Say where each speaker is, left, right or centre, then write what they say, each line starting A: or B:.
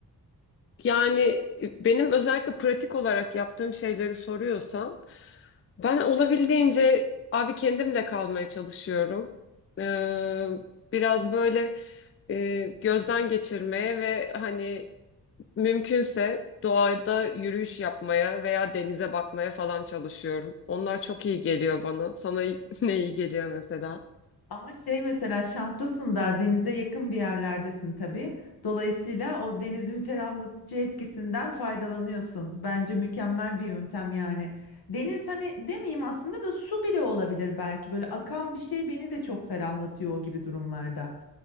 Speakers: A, on the left; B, on the left.
A: Yani benim özellikle pratik olarak yaptığım şeyleri soruyorsan, ben olabildiğince abi kendimle kalmaya çalışıyorum. Ee, biraz böyle e, gözden geçirmeye ve hani mümkünse doğada yürüyüş yapmaya veya denize bakmaya falan çalışıyorum. Onlar çok iyi geliyor bana. Sana <laughs> ne iyi geliyor mesela?
B: Ama şey mesela şanslısın da denize yakın bir yerlerdesin tabii. Dolayısıyla o denizin ferahlatıcı etkisinden faydalanıyorsun. Bence mükemmel bir yöntem yani. Deniz hani demeyeyim aslında da su bile olabilir belki. Böyle akan bir şey beni de çok ferahlatıyor o gibi durumlarda.